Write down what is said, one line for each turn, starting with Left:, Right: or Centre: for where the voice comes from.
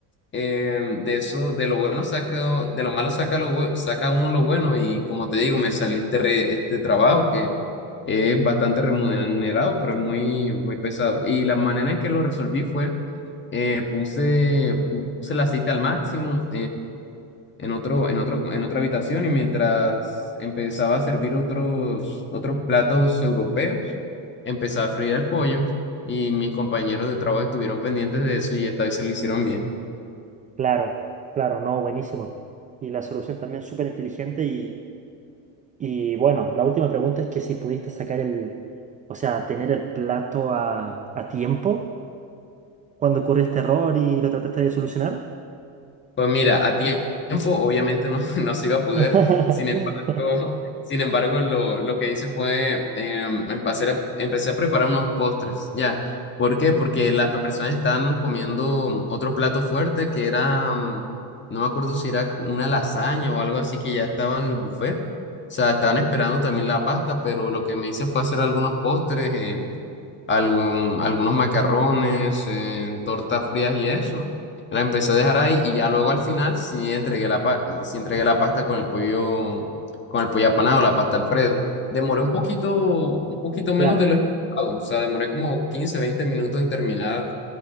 Left: eh, de eso, de lo bueno saca, de lo malo saca, lo, bu- saca uno lo bueno y como te digo, me salió este, re- este trabajo que es bastante remunerado, pero es muy, muy pesado. Y la manera en que lo resolví fue, eh, puse, puse el aceite al máximo en otro, en otro, en otra habitación y mientras empezaba a servir otros, otros platos europeos, empezaba a freír el pollo y mis compañeros de trabajo estuvieron pendientes de eso y esta vez se lo hicieron bien.
Right: claro, claro, no, buenísimo. Y la solución también súper inteligente y, y bueno, la última pregunta es que si pudiste sacar el, o sea, tener el plato a, a tiempo cuando ocurrió este error y lo trataste de solucionar.
Left: Pues mira, a tiempo obviamente no, <laughs> no se iba a poder,
Right: <laughs>
Left: sin embargo, sin embargo lo, lo que hice fue em, empecé a, empecé a preparar unos postres, ya. ¿Por qué? Porque las personas estaban comiendo otro plato fuerte que era, mm, no me acuerdo si era una lasaña o algo así que ya estaba en el buffet. O sea, estaban esperando también la pasta, pero lo que me hice fue hacer algunos postres. eh, algún- algunos macarrones, eh, tortas frías y eso. La empecé a dejar ahí y ya luego al final sí entregué la, pa- sí entregué la pasta con el pollo, con el pollo apanado, la pasta Alfredo. Demoré un poquito, un poquito menos
Right: Claro,
Left: de lo esperado, o sea, demoré como 15 20 minutos en terminar